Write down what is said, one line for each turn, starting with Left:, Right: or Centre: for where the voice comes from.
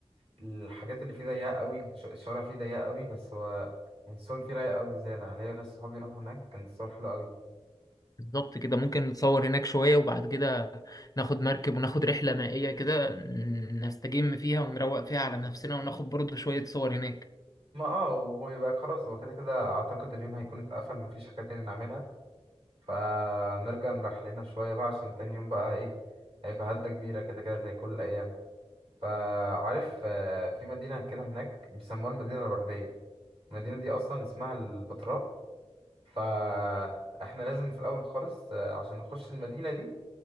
Right: الحاجات اللي فيه ضيقة قوي الش- الشوارع فيه ضيقة قوي بس هو يعني الصور فيه رايقة قوي زيادة أنا ليا ناس صحابي راحوا هناك كانت الصور حلوة قوي
Left: بالظبط كده ممكن نتصور هناك شوية وبعد كده ناخد مركب وناخد رحلة مائية كده ن- نستجم فيها ونروق فيها على نفسنا وناخد برضه شوية صور هناك
Right: ما اه وهو يبقى خلاص هو كده كده اعتقد اليوم هيكون اتقفل مفيش حاجة تاني نعملها فنرجع نريح لنا شوية بقى عشان تاني يوم بقى ايه هيبقى هدة كبيرة كده كده زي كل الأيام فعارف آه، في مدينة كده هناك بيسموها المدينة الوردية المدينة دي أصلا اسمها البتراء فاحنا لازم في الأول خالص آه، عشان نخش المدينة دي